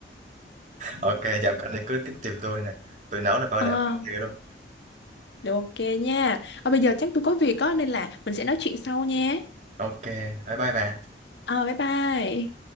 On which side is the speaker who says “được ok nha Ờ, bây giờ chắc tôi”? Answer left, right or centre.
Left